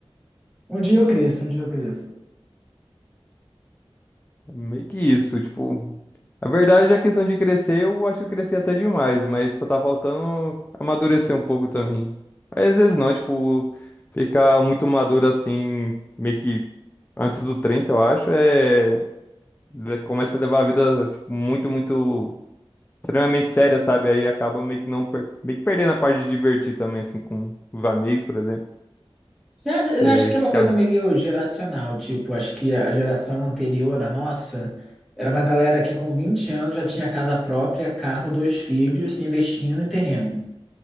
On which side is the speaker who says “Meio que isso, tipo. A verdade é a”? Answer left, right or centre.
Left